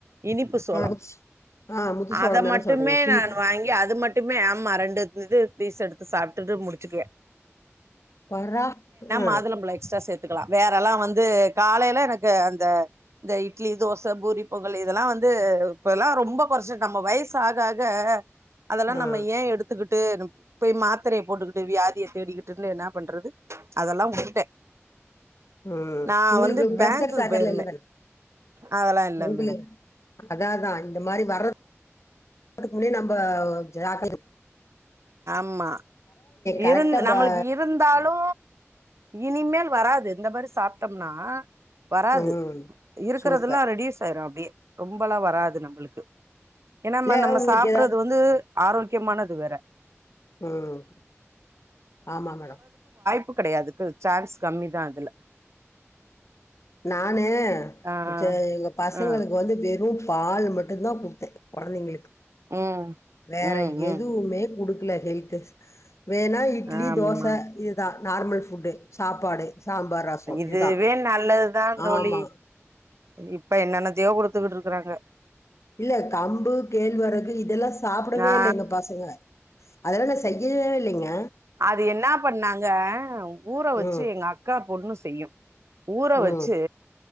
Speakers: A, on the right; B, on the left.
A: இனிப்பு சோளம்
B: ஆ ஆ முத்துசோளம்
A: அத
B: தான
A: மட்டுமே
B: சொல்றீங்க ஸ்வீட்
A: நான்
B: கார்ன்
A: வாங்கி அது மட்டுமே ஆமா ரெண்டு இது பீஸ் எடுத்து சாப்ட்டுட்டு முடிச்சுக்குவே
B: பார்ரா ஹ்
A: மாதுளம்பழம் எஸ்ட்ரா சேர் க்கலாம் வேறெல்லா வந்து காலையில எனக்கு அந்த இந்த இட்லி தோச பூரி பொங்கல் இதெல்லா வந் ந்து இப்பல்லா ரொம்ப கொறைச்சு நம்ம வயசு ஆக ஆக அதெல்லா
B: ஆ
A: நம்ம ஏ எடுத்துக்கிட் ட்டு போய் மாத்தரைய போட்டுக்கிட்டு வியாதிய தேடிக்கிட்டுன்னு என்னா பண்றது அதெல்லா வுட்டுட்டே
B: ஆ
A: நா
B: உங்களுக்கு
A: வந்து
B: பிரஷர்
A: பேங்க்குக்கு
B: சக்கரல்லா
A: போயிருந்தே
B: இல்லதானே
A: அதெல்லா இல்ல
B: மோபிலக்
A: மேடம்
B: அதா அதா இந்த மாரி வர்றத் அதுக்கு முன்னேயு நம்ப ஜாக்கிறது
A: ம்மா
B: கரெக்டா
A: இருந் நம்மளுக்கு
B: ப
A: இருந்தாலு இனிமேல் வராது இந்த பாரு சாப்ட்டம்னா வராது
B: ம்
A: இருக்கரதுல்லா
B: சூப்பர்
A: ரெடியூஸ் ஆயிரு அப்டியே ரொம்பல்லா வராது நம்பளுக்கு ஏன்னா
B: இல்ல
A: நம் நம்ம
B: உங்களுக்கு
A: சாப்புறது
B: எதா
A: வந்து ஆரோக்கியமானது வேற
B: ம் ஆமா மேடம்
A: ப்பு கெடையாதுக்கு சான்ஸ் கம்மிதா அதுல
B: நானு
A: ஆ
B: சே இந்த பசங்களுக்கு
A: ஆ
B: வந்து வெறு பால் மட்டு தா குடுத்தே கொழந்தைங்களுக்கு
A: ம்
B: வேற
A: ம் ம்
B: எதுவுமே குடுக் இல்ல ஹெல்த்து வேண்ணா இட்லி
A: ஆமா
B: தோச இதுதா நார்மல் ஃபுட்டு சாப்பாடு சாம்பார் ரசோ
A: இதுவே
B: இதுதா
A: நல்லதுதா தோழி
B: ஆமா
A: இப்ப என்னென்னத்தையோ குடுத்துக்குட்டு இருக்குறாங்க
B: இல்லேல்ல கம்பு கேழ்வரகு இதெல்லா சாப்புடவே
A: ஆ
B: இல்ல எங்க பசங்க அதெல்லா நா செய்யவே இல்லைங்க
A: அது என்னா பண்ணாங்க ஊற வச்சு
B: ம்
A: எங்க அக்கா பொண்ணு செய்யும் ஊற
B: ம்
A: வச்சு